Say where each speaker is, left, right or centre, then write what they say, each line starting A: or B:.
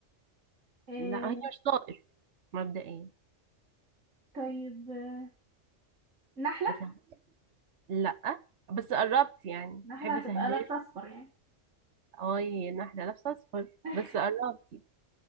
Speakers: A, on the right; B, on the right.
A: إيه
B: لا هي مش طائر مبدئيا
A: طيب آه، نحلة
B: عشان لا بس قربت يعني
A: نحلة
B: تحب اسهلك
A: هتبقى لابسة اصفر يعني
B: اه هي إن واحدة لابسة اصفر
A: <laughs>
B: بس قربتي